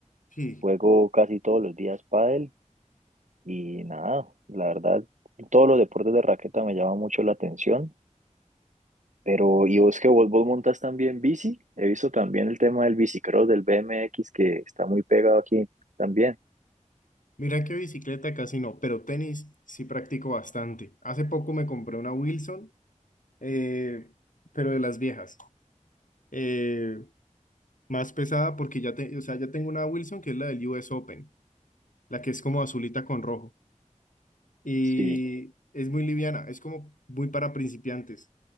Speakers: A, on the left; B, on the right.
A: Sí.
B: juego casi todos los días pádel y nada, la verdad todos los deportes de raqueta me llaman mucho la atención. Pero, ¿y vos que vos, vos montas también bici? He visto también el tema del bicicross, del B M X que está muy pegado aquí también.
A: Mira que bicicleta casi no, pero tenis sí practico bastante. Hace poco me compré una Wilson, eh, pero de las viejas. eh, más pesada porque ya, te- o sea, ya tengo una Wilson que es la del US Open, la que es como azulita con rojo. Y
B: Sí.
A: es muy liviana, es como muy para principiantes.